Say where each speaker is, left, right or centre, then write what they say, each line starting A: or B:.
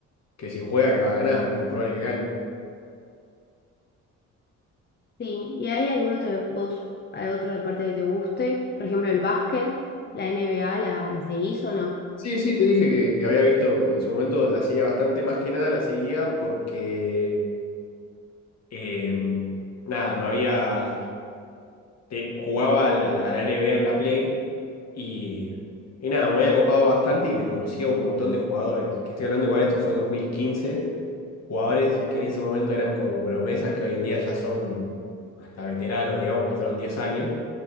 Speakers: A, on the left; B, on the left.
A: que si juega que va a ganar, es muy probable que gane.
B: Sí, ¿y hay algún otro de vos, hay otro deporte que te guste? Por ejemplo, el básquet, la NBA, ¿la, la seguís o no?
A: Sí, sí, te dije que, que había visto en su momento, la seguía bastante, más que nada la seguía porque, eh, nada, me había, te- jugaba a la, a la NBA en la Play y, y nada, me había copado bastante y me conocía un montón de jugadores. Que estoy hablando igual, esto fue 2015, jugadores que en ese momento eran como promesas que hoy en día ya son hasta veteranos, digamos, pasaron 10 años.